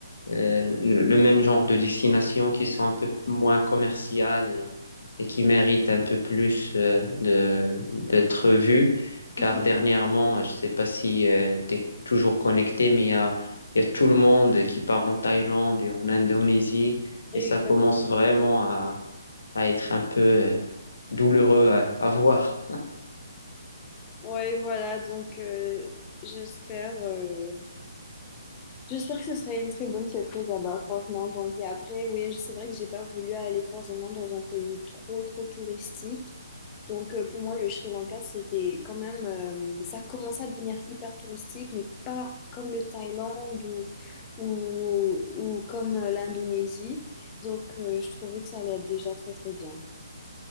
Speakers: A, on the left; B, on the left.
A: euh, le le même genre de destinations qui sont un peu moins commerciales et, et qui méritent un peu plus euh, de, d'être vues. Car
B: Mhm.
A: dernièrement, je ne sais pas si tu es toujours connecté, mais il y a, il y a tout le monde qui part en Thaïlande et en Indonésie.
B: Exact.
A: Et ça commence vraiment à, à être un peu euh, douloureux à à voir.
B: Ouais, voilà, donc euh, j'espère. euh, J'espère que ce serait une très bonne surprise là-bas, franchement. Donc, et après, oui, c'est vrai que j'ai pas voulu aller forcément dans un pays trop, trop touristique. Donc, euh, pour moi, le Sri Lanka, c'était quand même, euh, ça commençait à devenir hyper touristique, mais pas comme le Thaïlande ou, ou, ou comme euh, l'Indonésie. Donc, euh, je trouvais que ça allait être déjà très, très bien.